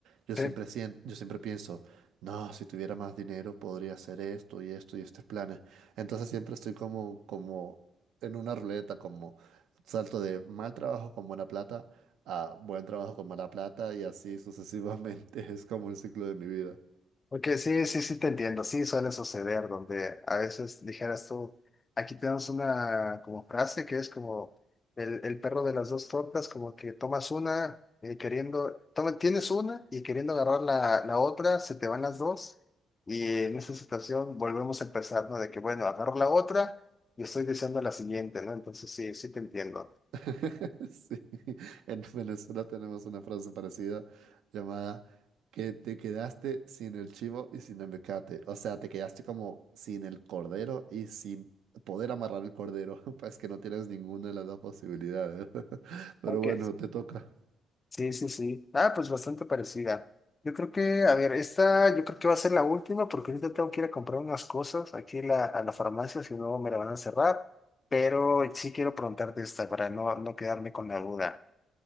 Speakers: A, on the right; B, on the left.
A: yo siempre
B: <laughs>
A: siento, yo siempre pienso no, si tuviera más dinero podría hacer esto y esto y estos planes. Entonces siempre estoy como, como en una ruleta, como salto de mal trabajo con buena plata a buen trabajo con mala plata y así sucesivamente. <laughs> Es como el ciclo de mi vida.
B: Porque sí, sí, sí te entiendo, sí suele suceder donde a veces dijeras tú, aquí tenemos una como frase que es como el, el perro de las dos tortas, como que tomas una eh, queriendo, toma- tienes una y queriendo agarrar la, la otra, se te van las dos y en esa situación volvemos a empezar, ¿no? De que bueno, agarro la otra y estoy diciendo la siguiente, ¿no? Entonces sí, sí te entiendo.
A: <laughs> Sí, en Venezuela tenemos una frase parecida llamada que te quedaste sin el chivo y sin el mecate. O sea, te quedaste como sin el cordero y sin poder amarrar el cordero. <laughs> Pues que no tienes ninguna de las dos posibilidades. <laughs> Pero
B: Ok.
A: bueno, te toca.
B: Sí, sí, sí. Ah, pues bastante parecida. Yo creo que, a ver, esta yo creo que va a ser la última porque ahorita tengo que ir a comprar unas cosas aquí la- a la farmacia, si no me la van a cerrar. Pero sí quiero preguntarte esta para no, no quedarme con la duda.